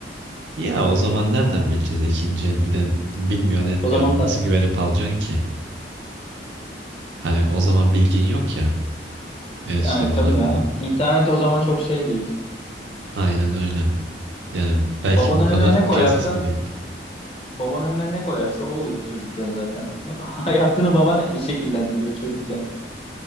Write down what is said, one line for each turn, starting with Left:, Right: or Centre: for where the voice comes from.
Right: ya o zaman nereden bileceğiz ikinci el bir de bilmiyorsun etmiyorsun
Left: O zamanlar
Right: nasıl güvenip alacaksın ki? Hani o zaman bilgin yok ya enstrüman
Left: işte, yani tabii
Right: hakkında.
Left: ya. İnternet o zaman çok şey değil.
Right: Aynen öyle. Yani belki
Left: Babanın
Right: bu kadar
Left: önüne ne koyarsa
Right: piyasası bile yoktu.
Left: babanın önüne ne koyarsa o oluyor çocukken zaten. <laughs> Hayatını baban şekillendiriyor çocukken.